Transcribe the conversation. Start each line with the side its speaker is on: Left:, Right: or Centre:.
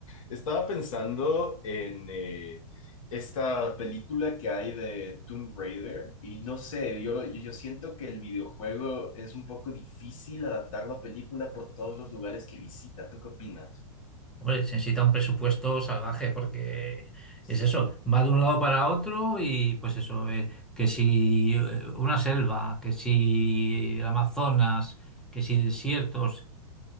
Left: Estaba pensando en eh, esta película que hay de Tomb Raider y no sé, yo, yo siento que el videojuego es un poco difícil adaptar la película por todos los lugares que visita. ¿Tú qué opinas?
Centre: Hombre, se necesita un presupuesto salvaje porque
Left: Sí,
Centre: es eso, va de un lado para otro y pues eso, eh, que si eh, una selva, que si el Amazonas, que si desiertos,